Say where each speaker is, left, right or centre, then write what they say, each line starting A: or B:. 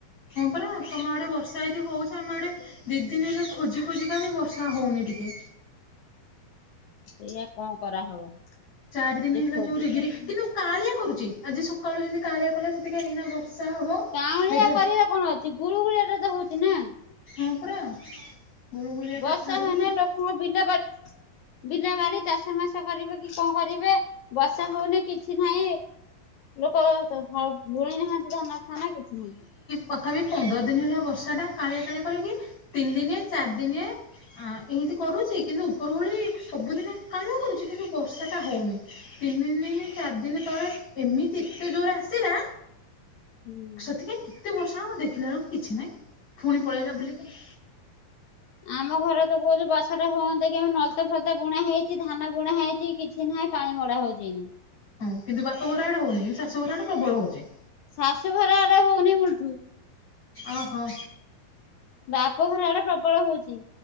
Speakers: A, on the left; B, on the left.
A: ହଁ ପରା ତମ ଆଡେ ବର୍ଷା ଏଦି ହଉଛି ଆମେ ଆଡେ ଦୁଇ ଦିନ ହେଲା ଖୋଜି ଖୋଜିକା ବି ବର୍ଷା ହେଉନି ଟିକେ।
B: ସେଇଆ କଣ କରାହବ।
A: ଚାରି ଦିନ
B: ଯେ
A: ହେଲା
B: ଖୋଜୁଛନ୍ତି
A: ଯୋଉରେଗିରି କିନ୍ତୁ କାଳିଆ କରୁଛି, ଆଜି ସକାଳୁ ଯେମତି କାଳିଆ କଲା ସେତିକି ଏଇନା ବର୍ଷା ହବ।
B: କାଉଁଳିଆ
A: ଦେଖିବା
B: କରିବାଟା କଣ ଅଛି ଗୁଳୁଗୁଳି ଏଟା ତ ହଉଛି ନା।
A: ହଁ ପରା। ଗୁଳୁଗୁଳିଆ
B: ବର୍ଷା
A: ଟା ଛାଡୁନି।
B: ହେନେ ଲୋକଙ୍କ ବିଲ ବାଡି ବିଲ ବାଡ଼ି ଚାଷ ମାସ କରିବେ କି କଣ କରିବେ, ବର୍ଷା ହଉନି କିଛି ନାହିଁ। ଲୋକ ଭୁଣି ନାହାନ୍ତି ଧନ ଫାନ କିଛି ନାଁ
A: ତଥାପି ପନ୍ଦର ଦିନ ହେଲା ବର୍ଷା ଟା, କାଳିଆ କାଳିଆ କରିକି ତିନି ଦିନି, ଚାରି ଦିନେ ଆ ଏମିତି କରୁଛି, କିନ୍ତୁ ଉପର ଉଳି, ସବୁଦିନ କାଳିଆ କରୁଛି, କିନ୍ତୁ ବର୍ଷା ଟା ହଉନି। ତିନିି ଦିନ, ଚାରଦିନ ତଳେ ଏମିତି ଏତେ ଜୋର ରେ ଆସିିଲା
B: ହୁଁ।
A: ସେତିକି କେତେ ବର୍ଷ ହବ ଦେଖିଲା ବେଳକୁ କିଛି ନାହିଁ, ପୁଣି ପଳେଇଲା ବୁଲିକି।
B: ଆମ ଘରେ ତ କୋହୁଛୁ ବର୍ଷା ଟା ହୁଅନ୍ତତା କି, ଆମ ନଳତା ଫଲତା ବୁଣା ହେଇଛି, ଧାନ ବୁଣା ହେଇଛି କିଛି କିଛି ନାଇଁ ପାଣି ଗଡା଼ ହଉଛି ଏଇନି।
A: ହଁ କିନ୍ତୁ ବାପ ଘର ଆଡେ ହଉନି, କିନ୍ତୁ ଶାଶୁ ଘର ଆଡେ ପ୍ରବଳ ହଉଛି।
B: ଶାଶୁଘର ଆଡେ ହଉନି ମୁଳଠୁ।
A: ଓହୋ।
B: ବାପଘର ଆଡେ ପ୍ରବଳ ହଉଛି।